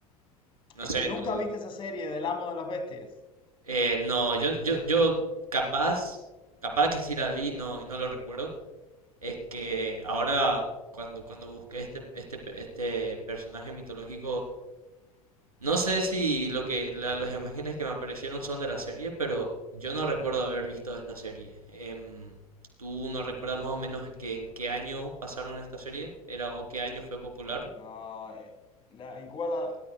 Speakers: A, on the right; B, on the left.
A: No
B: ¿Y,
A: sé,
B: y nunca
A: tú,
B: viste esa serie del Amo de las Bestias?
A: Eh, no, yo, yo, yo capaz, capaz que sí la vi, no, y no lo recuerdo. Es que ahora cuando, cuando busqué este, este, pe- este personaje mitológico, no sé si lo que la- las imágenes que me aparecieron son de la serie, pero yo no recuerdo haber visto esta serie. Em, ¿tú no recuerdas más o menos que en qué año pasaron esta serie? Era o qué año fue popular?
B: No, eh, la, en Cuba la,